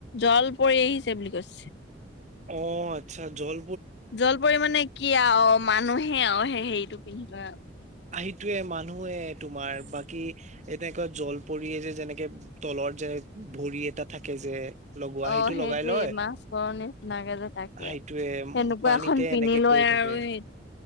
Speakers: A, on the left; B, on the right.
A: জলপৰি আহিছে বুলি কৈছে।
B: অ আচ্ছা জল
A: জলপৰি মাণে কি আৰু মানুহে আৰু হেৰিটো পিন্ধি লয় আৰু।
B: আহিটোৱে মানুহে তোমাৰ বাকী এনেকুৱা জলপৰিয়ে যে যেনেকে তলৰ যেনে ভৰি এটা থাকে যে? লগোৱা সেইটো
A: অ সেইটোয়ে
B: লগাই লয়
A: মাছ মৰ নিচিনাকে যে তাকে
B: সেইটোৱে উম,
A: সেনো কুৰাখন
B: পানীতে
A: পিন্ধি
B: এনেকে
A: লয়
B: কৰি থাকে
A: আৰু সেই